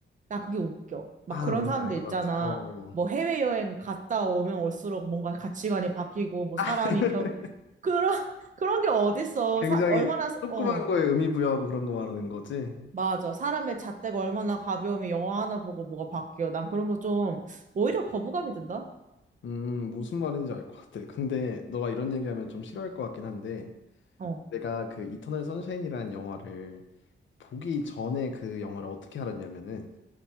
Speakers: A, on the right; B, on the left.
A: 나 그게 웃겨. 막
B: 아,
A: 그런
B: 나 뭔지
A: 사람들
B: 알 것
A: 있잖아.
B: 같아. 어.
A: 뭐 해외여행 갔다 오면 올수록 뭔가 가치관이 바뀌고, 뭐 사람이
B: <laughs>
A: 변, 그런, <laughs> 그런 게 어딨어.
B: 굉장히
A: 사, 얼마나,
B: 조그만
A: 어.
B: 거에 의미 부여하고 그런 거 말하는 거지?
A: 맞아. 사람의 잣대가 얼마나 가벼우면 영화 하나 보고 뭐가 바뀌어. 난 그런 거 좀, 오히려 거부감이 든다?
B: 음, 무슨 말인지 알 것 같아. 근데 너가 이런 얘기하면 좀 싫어할 것 같긴 한데,
A: 어,
B: 내가 그 이터널 선샤인이라는 영화를 보기 전에 그 영화를 어떻게 알았냐면은,